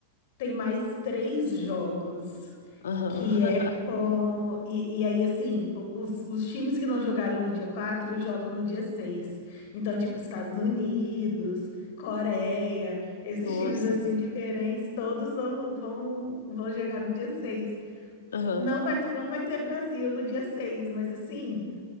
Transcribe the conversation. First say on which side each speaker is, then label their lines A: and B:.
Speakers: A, on the left (about 60°); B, on the left (about 85°).
A: tem mais três jogos,
B: Aham.
A: que
B: <laughs>
A: é com... E, e aí, assim, pô, os, os times que não jogaram no dia 4 jogam no dia seis Então, tipo, Estados Unidos, Coreia, esses
B: Nossa.
A: times, assim, diferentes, todos vão, vão, vão jogar no dia seis
B: Aham.
A: Não vai, não vai ter Brasil no dia seis mas assim...